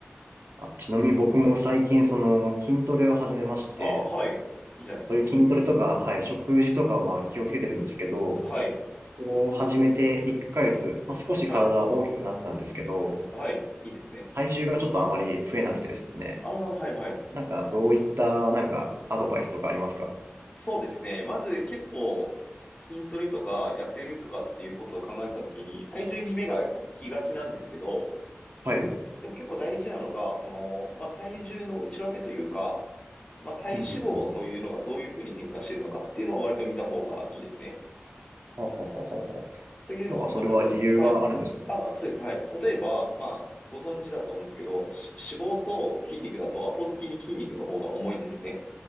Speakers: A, on the right (about 80°); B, on the left (about 35°).
A: あ、ちなみに僕も最近、その、筋トレを始めまして、
B: ああ、はい。いいじゃないですか。
A: そういう筋トレとか、はい、食事とかをまあ気をつけてるんですけど、
B: はい。
A: こう始めて1ヶ月、まあ少し体は大きくなったんですけど、
B: はい。はい。いいですね。
A: 体重がちょっとあまり増えなくてですね、
B: ああ、はい、はい。
A: なんか、どういった、なんか、アドバイスとかありますか
B: そうですね。まず結構筋トレとか痩せるとかっていうことを考えたときに、体重に目が行きがちなんですけど、
A: はい。
B: でも結構大事なのが、その、まあ、体重の内訳というか、まあ、体脂肪というのがどういうふうに変化しているのかっていうのを割と見た方がいいですね。
A: ふんふんふんふんはあはあはあはあはあ。
B: というのは、
A: なんかそれは理由があるんですか
B: まあ、たとえ、はい。あ、そうです。はい。例えば、まあ、ご存知だと思うんですけど、し脂肪と筋肉だと圧倒的に筋肉の方が重いんですね。